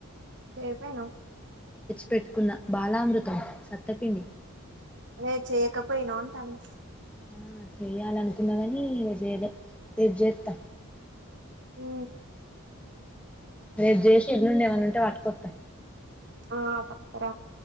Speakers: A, on the right; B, in the centre.
A: చేసాను
B: పెట్టుకున్న బాలామృతం సత్తపిండి
A: అదే చేయకపోయిన అంటాను
B: హా చెయ్యాల అనుకున్నా కాని ఇంగ చేయలే రేపు చేస్తా
A: హు
B: రేపు చేసి ఎల్లుండి ఏమైన్నా ఉంటే పట్టుకొట్టా
A: ఆ పట్టుకూర